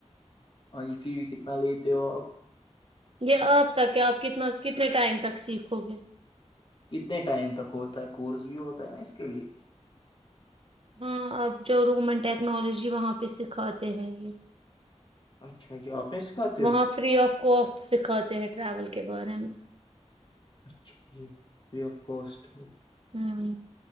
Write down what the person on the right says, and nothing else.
یہ آپ تک ہے آپ کتنا کتنے ٹائم تک سیکھو گے
ہاں اب جو رومن ٹیکنالوجی وہاں پہ سکھاتے ہیں یہ
وہاں
فری آف کوسٹ سکھاتے ہیں ٹریول کے بارے میں
ہاں